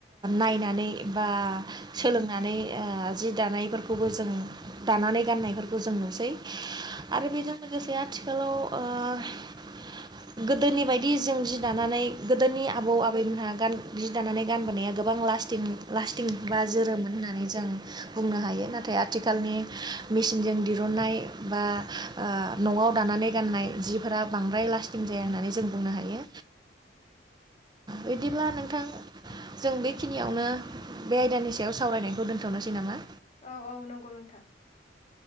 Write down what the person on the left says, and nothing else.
औ औ नंगौ नोंथां।